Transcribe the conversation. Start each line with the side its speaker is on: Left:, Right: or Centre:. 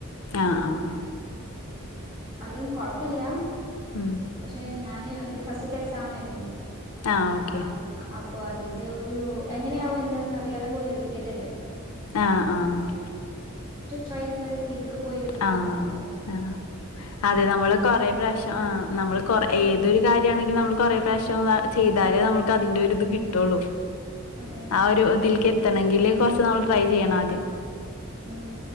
Left: ആ അ അ
Right: അത് കൊഴപ്പില്ല
Left: ഉം
Right: പക്ഷെ ഞാന് എന്റെ ഫസ്റ്റത്തെ എക്സാമായിരുന്നു
Left: ആഹ് ഓക്കെ
Right: ആമ് അപ് അപ്പൊ അതിന്റെ ഒരു എങ്ങനെയാവും എന്തന്നറിയാതെ പോയി എഴുതിയതല്ലേ
Left: ആ ആ
Right: ട്രൈന്നുള്ള രീതിക്ക് പോയി എഴുതിയതാണ്
Left: ആഹ്
Right: ബട്ട്‌
Left: ആഹ് അതെ നമ്മള് കൊറെ പ്രാവശ്യം ആ നമ്മള് കൊറെ
Right: ആഹ്
Left: ഏത്
Right: അതെ
Left: നമ്മൾ കൊറെേ പ്രാവശ്യം വ ചെയ്താലേ നമുക്ക് അതിന്റെ ഒരു ഇത് കിട്ടുള്ളൂ
Right: അതെ അതെ
Left: ആ ഒരു ഇതില്ക്ക് എത്തണെങ്കില് കൊറച്ച് നമ്മൾ ട്രൈ ചെയ്യണാദ്യം
Right: ഉം